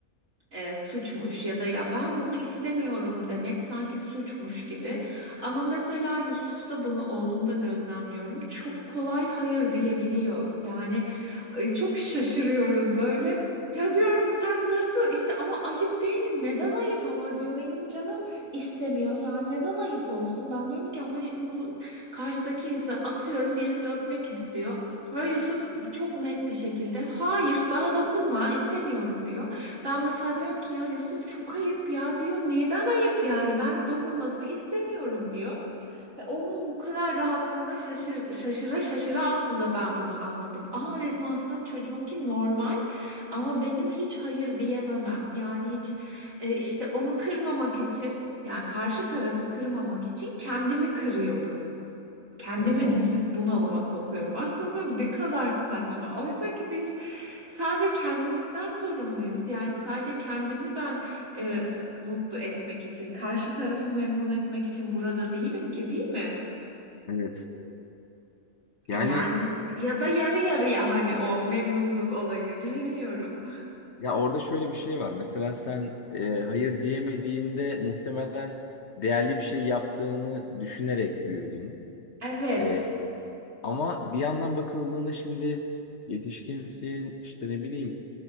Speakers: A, on the right (about 65°); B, on the left (about 50°).
A: e, suçmuş ya da ya ben bunu istemiyorum demek sanki suçmuş gibi. Ama mesela Yusuf'ta bunu oğlumda gözlemliyorum. Çok kolay hayır diyebiliyor. Yani ay, çok şaşırıyorum böyle. Ya diyorum sen nasıl işte ama ayıp değil mi? Neden ayıp ama diyor benim canım istemiyor. Ya neden ayıp olsun? Ben diyorum ki ama şimdi bu karşıdaki insan atıyorum birisi öpmek istiyor. Ve Yusuf çok net bir şekilde hayır bana dokunma istemiyorum diyor. Ben mesela diyorum ki ya Yusuf çok ayıp ya diyor. Neden ayıp yani? Ben dokunmasını istemiyorum diyor. Ve onun bu kadar rahatlığına şaşır, şaşıra şaşıra aslında ben bunu anladım. Aa dedim aslında çocuğunki normal ama benim hiç hayır diyememem. Yani hiç e, işte onu kırmamak için yani karşı tarafı kırmamak için kendimi kırıyorum. Kendimi
B: Evet.
A: üzüp bunalıma sokuyorum. Aslında ne kadar saçma. Oysa ki biz Sadece kendimizden sorumluyuz. Yani sadece kendimi ben e, mutlu etmek için, karşı tarafı memnun etmek için burada değilim ki, değil mi?
B: Evet. Yani
A: Yani ya da yarı yarıya hani o memnunluk olayı bilemiyorum.
B: Ya orada şöyle bir şey var. Mesela sen e, hayır diyemediğinde muhtemelen değerli bir şey yaptığını düşünerek büyüdün.
A: Evet,
B: E, ama bir yandan bakıldığında şimdi yetişkinsin işte ne bileyim